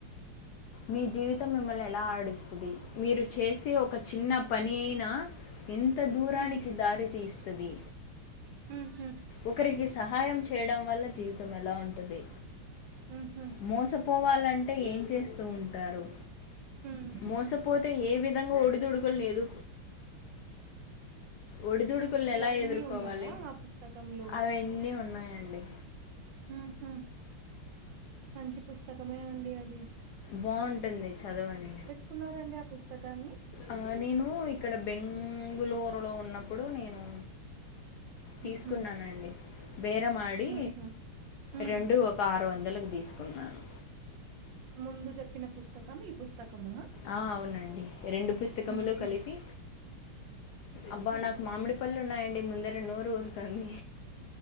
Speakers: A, on the left; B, on the right.
A: మీ జీవితం మిమ్మల్ని ఎలా ఆడిస్తది. మీరు చేసే ఒక చిన్న పని అయినా ఎంత దూరానికి
B: ఉమ్
A: దారితీస్తది.
B: హుహ్
A: ఒకరికి సహాయం చేయడం వల్ల జీవితం ఎలా ఉంటది.
B: ఉహ్ హు
A: మోసపోవాలంటే ఏం చేస్తూ ఉంటారు.
B: ఉమ్
A: మోసపోతే ఏ విధ విధంగా <unintelligible> ఒడిదుడుకులు లేదు. ఒడిదుడుకులను ఎలా
B: ఇవన్నీ
A: ఎదుర్కోవాలి.
B: ఉన్నాయా ఆ పుస్తకంలో
A: అవన్నీ ఉన్నాయండి.
B: ఉహ్ హు మంచి పుస్తకమే అండి అది.
A: బావుంటుంది చదవండి.
B: కున్నారండి ఆ పుస్తకాన్ని
A: ఆ నేను ఇక్కడ బెంగుళూరులో ఉన్నప్పుడు నేను తీసుకున్నానండి.
B: ఉహు
A: బేరమాడి,
B: ఉహు ఉమ్
A: రెండు ఒక ఆరు వందలకు తీసుకున్నాను.
B: ముందు చెప్పిన పుస్తకం ఈ పుస్తకమా
A: ఆ అవునండి రెండు పుస్తకములు
B: ఉహు
A: కలిపి అబ్బా నాకు మామిడిపల్లు ఉన్నాయండి. ముందరా నోరు ఊరుతుంది.